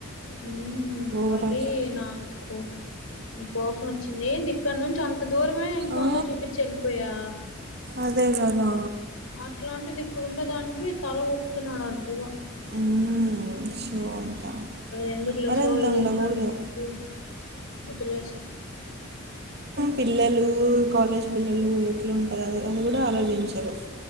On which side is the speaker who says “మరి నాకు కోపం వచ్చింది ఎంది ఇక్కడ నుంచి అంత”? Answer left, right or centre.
Left